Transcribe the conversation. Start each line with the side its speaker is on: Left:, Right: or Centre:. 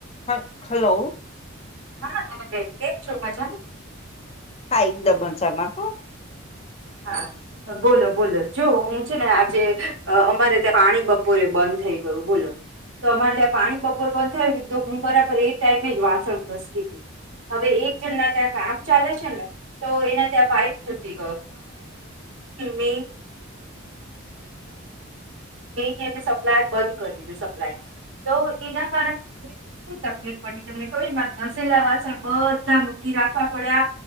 Left: હ હલો
Right: હ <unintelligible> છો મજા
Left: હા એકદમરસાામાં.
Right: હા બોલો બોલો જો હું છે ને આજે અમારે ત્યાં પાણી બપોરે બંધ થઈ ગયું બોલો તો અમારે ત્યાં પાણી બપોરે બંધ થઈ ગયું તો હું બરાબર એ ટાઈમ જ વાસણ સ્થિતિ હવે એક જણના ત્યાં કામ ચાલે છે ને તો એને ત્યાં પાઈપ થી મે જેયને એ મે સપ્લાય બંધ કરી દીધું સપ્ય તો એના કારણે તકલીફ પડી તમને ખબર ઘસેલા વાસણ બધા મૂકી રાખવા પડ્યા